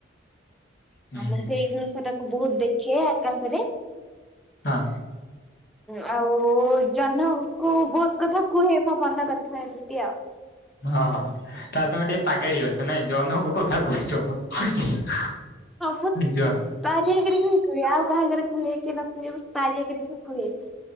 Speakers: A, on the left; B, in the centre.
A: ହୁଁ
B: ଆ ମୁଁ ସେଇ ଜିନିଷ ଟାକୁ ବହୁତ ଦେଖେ ଆକାଶରେ।
A: ହାଁ
B: ହଁ ଆଉ ଜହ୍ନକୁ ବହୁତ୍ କଥା କୁହେ ମୋ ମନ କଥା ଏମିତି ଆଉ।
A: ହଁ ତାହେଲେ ତମେ ଟିକେ ପାଗେଳି ଅଛ ନାଇଁ ଜହ୍ନକୁ କଥା କହୁଛ।
B: <unintelligible>
A: ଜ
B: ତାରି ଆଗରେ ହିଁ କୁହେ। ଆଉ କାହା ଆଗରେ କୁହେ କି ନ କୁହେ ବାସ୍ ତାରି ଆଗରେ ହିଁ କୁହେ।